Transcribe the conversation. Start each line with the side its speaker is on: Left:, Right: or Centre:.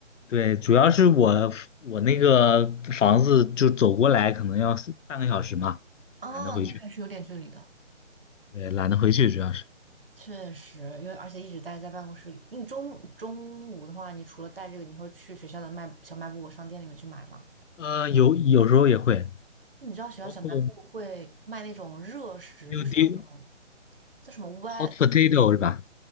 Left: 对，主要是我我那个房子就走过来可能要四半个小时嘛，
Right: 哦，
Left: 懒得回去。
Right: 那还是有点距离的，
Left: 对，懒得回去主要是。
Right: 确实，因为而且一直待在办公室里。你中中午的话，你除了带这个，你会去学校的卖小卖部商店里面去买吗？
Left: 呃，有有时候也会，
Right: 你知道学校小卖部会卖那种热食，
Left: 包括 PUD
Right: 就是那种叫什么歪，
Left: hot potato 是吧？